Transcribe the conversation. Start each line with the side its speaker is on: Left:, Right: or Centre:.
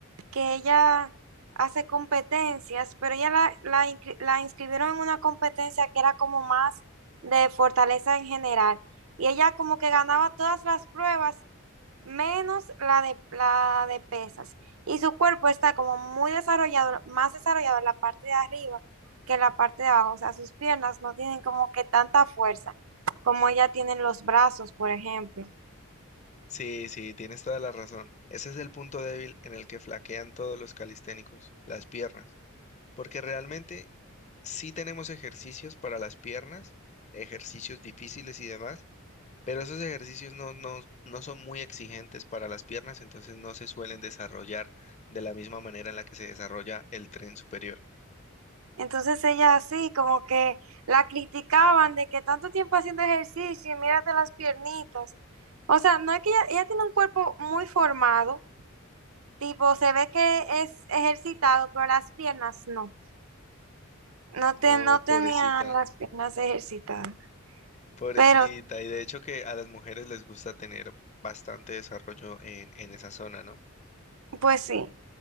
Right: que ella hace competencias, pero ella la, la, inscri- la inscribieron en una competencia que era como más de fortaleza en general. Y ella como que ganaba todas las pruebas menos la de, la de pesas. Y su cuerpo está como muy desarrollado, más desarrollado en la parte de arriba que en la parte de abajo. O sea, sus piernas no tienen como que tanta fuerza como ella tienen los brazos, por ejemplo.
Left: Sí, sí, tienes toda la razón. Ese es el punto débil en el que flaquean todos los calisténicos, las piernas, porque realmente sí tenemos ejercicios para las piernas, ejercicios difíciles y demás, pero esos ejercicios no, no, no son muy exigentes para las piernas, entonces no se suelen desarrollar de la misma manera en la que se desarrolla el tren superior.
Right: Entonces ella así como que la criticaban de que tanto tiempo haciendo ejercicio y mírate las piernitas. O sea, no es que ella, ella tiene un cuerpo muy formado, tipo se ve que es ejercitado, pero las piernas no. No,
Left: No,
Right: te, no
Left: pobrecita,
Right: tenía las piernas ejercitadas,
Left: pobrecita,
Right: pero
Left: y de hecho que a las mujeres les gusta tener bastante desarrollo en, en esa zona, ¿no?
Right: pues sí.